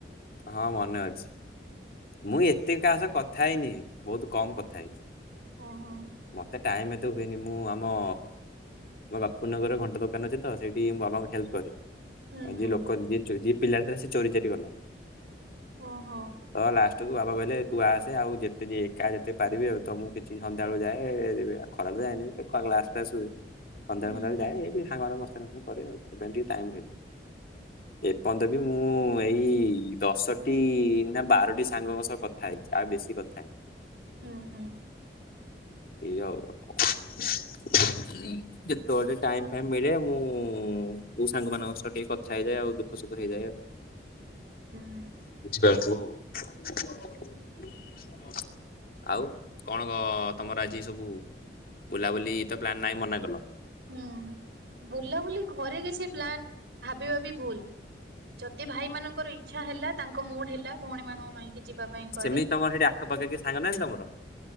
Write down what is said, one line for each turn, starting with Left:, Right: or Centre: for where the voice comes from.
Left: ହଁ ମନେ ଅଛି। ମୁଁ ଏତେ କାହା ସହ କଥା ହେଇନି ବହୁତ କମ କଥା ହେଇଛି।
Right: ହଁ ହଁ।
Left: ମତେ ଟାଇମ ଏତେ ହୁଏନି ମୁଁ ଆମ ବାପୁନି ନଗରରେ ଘଣ୍ଟା ଦୋ ଦୋକାନ ଅଛି ତ ସେଇଠି ମୁଁ ବାବାଙ୍କୁ ହେଲ୍ପ କରେ।
Right: ହୁଁ ହୁଁ
Left: ଯିଏ ଲୋକ ଯିଏ ଚୋ ପିଲା ସେ ଚୋରି ଚାରି କଲା।
Right: ଓଁ ହଁ।
Left: ତ ଲାଷ୍ଟକୁୁ ବାବା କହିଲେ ତୁ ଆସେ ଆଉ ଯେତେକି ଏକା ଯେତେ ପାରିବି ଆଉ ତ ମୁଁ କିଛି ସନ୍ଧ୍ୟାବେଳେ ଯାଏ। ଖରାରେ ତ ଯାଏନି ଏତେ କ୍ଲାସ ଫ୍ଲାସ୍ ହୁଏ। ସନ୍ଧ୍ୟା
Right: ହୁଁ
Left: ବେଳେ ଫନ୍ଧ୍ୟା ବେଳେ
Right: ହୁଁ
Left: ଯାଏ ଏଇ ଟିକେ ସାଙ୍ଗମାନ ଙ୍କ ମସ୍ତାନୀ ଫସ୍ତାନି କରେ ଆଉ ସେଥିପାଇଁ ଟିକେ ଟାଇମ ହୁଏନି। ଏପର୍ଯ୍ୟନ୍ତ ବି ମୁଁ ମୁଁ ଏଇ ଦଶଟି ନା ବାରଟି ସାଙ୍ଗ ଙ୍କ ସହ କଥା ହେଇଛି ଆଉ ବେଶୀ କଥା ହେଇନି।
Right: ହୁଁ ହୁଁ।
Left: ଇଏ ଆଉ କଣ <unintelligible> ଯେତେବେଳେେ ଟାଇମ ଫାଇମି ମିଳେ ମୁଁ କୋଉ ସାଙ୍ଗମାନଙ୍କ ସହ ଟିକେ କଥା ହେଇଯାଏ ଆଉ ଦୁଃଖ ସୁଖ ହେଇଯାଏ ଆଉ।
Right: ହୁଁ
Left: ବୁଝିପାରୁଥିବା ଆଉ। <unintelligible> ଆଉ କଣ କ ତମର ଆଜି ସବୁ ବୁଲାବୁଲି ତ ପ୍ଲନ୍ ନାହିଁ ମନା କଲ।
Right: ହୁଁ ବୁଲା ବୁଲି ଘରେ କିଛି ପ୍ଲାନ ଭାବିବା ବି ଭୁଲ। ଯଦି ଭାଇମାନଙ୍କର ଇଛା ହେଲା ତାଙ୍କ ମୁଡ ହେଲା ଭଉଣୀ ମାନଙ୍କୁ ନେଇକି ଯିବା ପାଇଁ।
Left: ସେମିତି
Right: କୁଆଡେ
Left: ତମର ହେଠି ଆଖପାଖ କି ସାଙ୍ଗ ନାହାଁନ୍ତି ତମର?